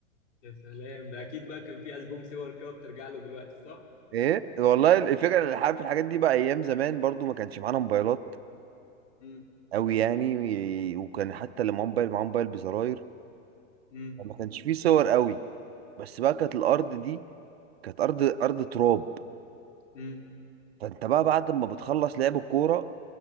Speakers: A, on the left; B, on the right.
A: يا سلام ده اكيد بقى كان في ألبوم صور كده بترجع له دلوقتي صح
B: ايه والله الفكرة اللي عارف الحاجات دي بقى ايام زمان برضو ما كانش معانا موبايلات
A: مم.
B: قوي يعني وكان حتى اللي معاه موبايل معاه موبايل بزراير
A: مم.
B: ما كانش فيه صور قوي بس بقى كانت الارض دي كانت ارض ارض تراب
A: مم.
B: فانت بقى بعد ما بتخلص لعب الكوره